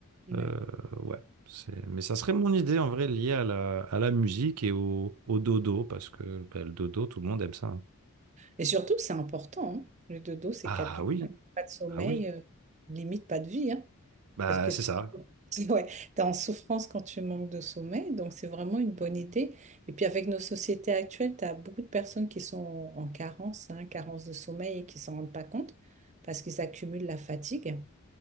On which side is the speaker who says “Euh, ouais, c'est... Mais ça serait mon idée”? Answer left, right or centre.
Right